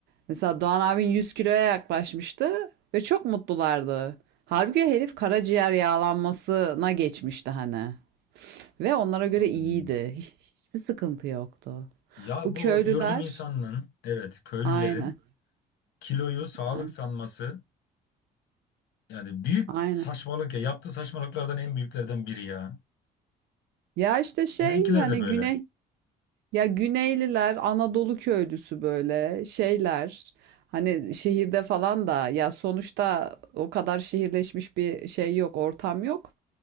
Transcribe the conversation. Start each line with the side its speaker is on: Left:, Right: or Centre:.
Right: Mesela Doğan abin 100 kiloya yaklaşmıştı ve çok mutlulardı. Halbuki herif karaciğer yağlanmasına geçmişti hani ve onlara göre
Left: hmm.
Right: iyiydi. Hiç- Hiçbir sıkıntı yoktu.
Left: Ya
Right: Bu
Left: bu
Right: köylüler
Left: yurdum insanının evet köylülerin
Right: Aynen.
Left: kiloyu sağlık
Right: Aynen.
Left: sanması yani büyük
Right: Aynen.
Left: saçmalık ya yaptığı saçmalıklardan en büyüklerden biri ya.
Right: Ya işte şey
Left: Bizimkiler
Right: hani
Left: de böyle.
Right: güney ya Güneyliler Anadolu köylüsü böyle şeyler hani şehirde falan da ya sonuçta o kadar şehirleşmiş bir şey yok ortam yok.